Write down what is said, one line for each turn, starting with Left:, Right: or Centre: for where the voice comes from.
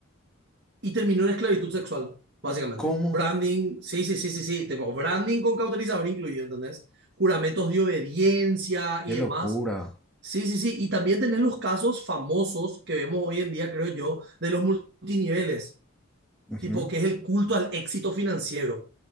Right: Y terminó en esclavitud sexual, básicamente.
Centre: ¿Cómo?
Right: Branding, sí, sí, sí, sí, sí, tipo branding con cauterizador incluido, ¿entendés? Juramentos de obediencia
Centre: Qué
Right: y
Centre: locura.
Right: demás. Sí, sí, sí. Y también tenés los casos famosos que vemos hoy en día, creo yo, de los multiniveles,
Centre: Ujú.
Right: tipo que es el culto al éxito financiero. O